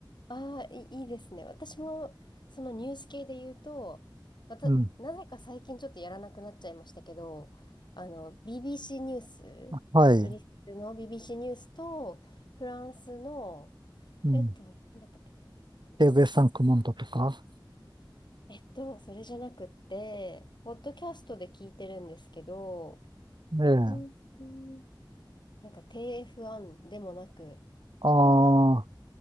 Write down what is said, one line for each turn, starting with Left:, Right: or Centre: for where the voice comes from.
Left: ああ、いいいですね。私も、そのニュース系で言うと、また、
Right: うん。
Left: なぜか最近ちょっとやらなくなっちゃいましたけど、あの、BBC ニュース、
Right: はい。
Left: イギリスの BBC ニュースと、フランスの、
Right: うん。
Left: えっと、なんだったっけな、あの、
Right: テーブルさん、クモンドとか。
Left: えっと、それじゃなくって、ポッドキャストで聞いてるんですけど、
Right: ええ。
Left: うんうんなんか t f ンでもなく、
Right: ああ、
Left: なんだ、